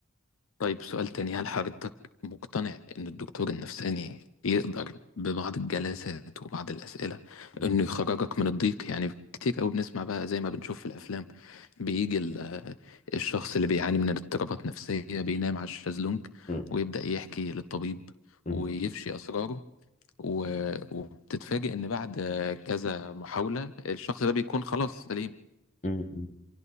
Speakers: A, on the left; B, on the left.
A: طيب سؤال تاني هل حضرتك مقتنع إن الدكتور النفساني يقدر ببعض الجلسات وبعض الأسئلة
B: مم.
A: إنه يخرجك من الضيق يعني كتير قوي بنسمع بقى زي ما بنشوف في الأفلام بيجي ال- آه، الشخص اللي بيعاني من اضطرابات نفسية بينام على الشازلونج
B: مم.
A: ويبدأ يحكي للطبيب
B: مم.
A: ويفشي أسراره و- وبتتفاجئ إن بعد كذا محاولة الشخص ده بيكون خلاص سليم
B: مم.